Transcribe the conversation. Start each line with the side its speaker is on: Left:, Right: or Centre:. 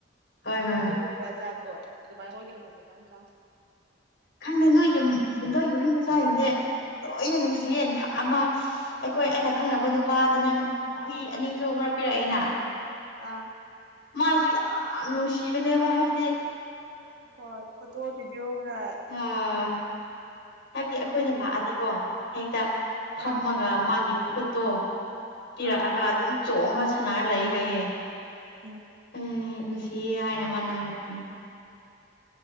Left: ꯍꯣꯏ ꯍꯣꯏ
Right: ꯑꯗꯨꯒꯨꯝꯕ ꯖꯥꯠꯇꯣ ꯑꯗꯨꯃꯥꯏꯅ ꯑꯣꯏꯒꯅꯤ ꯃ ꯆ <unintelligible>
Left: ꯈꯪꯗꯦ ꯅꯣꯏ ꯌꯨꯝ ꯗꯣꯏ ꯌꯨꯏ ꯃꯆꯥꯁꯤꯡꯁꯦ ꯂꯣꯏꯅ ꯅꯨꯡꯁꯤꯌꯦ ꯊꯥꯛ ꯑꯃ ꯑꯩꯈꯣꯏ ꯑꯩꯅ ꯈꯪꯅꯕ ꯅꯨꯄꯥꯗ ꯅꯪ ꯍꯨꯏ ꯑꯅꯤꯁꯨ ꯑꯃꯔꯛ ꯄꯤꯔꯛꯑꯦꯅ
Right: ꯑꯥ
Left: ꯃꯥꯁꯨ ꯌꯥꯝ ꯅꯨꯡꯁꯤꯕꯅꯦꯕ ꯍꯥꯏꯕꯗꯤ
Right: ꯍꯣꯏ ꯐꯣꯇꯣ ꯕꯤꯗꯤꯑꯣꯒ꯭ꯔꯛ
Left: ꯍ ꯍꯥꯏꯞꯗꯤ ꯑꯩꯈꯣꯏꯅ ꯂꯥꯛꯑꯗꯤꯀꯣ ꯍꯦꯛꯇ ꯐꯝꯃꯒ
Right: ꯑꯥ
Left: ꯃꯥꯒꯤ ꯈꯨꯠꯇꯣ ꯄꯤꯔꯛꯑꯒ
Right: ꯑꯥ
Left: ꯑꯗꯨꯝ ꯆꯣꯡꯉ ꯁꯥꯟꯅꯔ ꯂꯩ ꯍꯥꯏꯌꯦ
Right: ꯎꯝ <inaudible>
Left: ꯑꯦ ꯁꯤ <unintelligible> ꯍꯥꯏꯅ ꯃꯥꯅ ꯍꯥꯏꯔꯛꯄꯅꯦ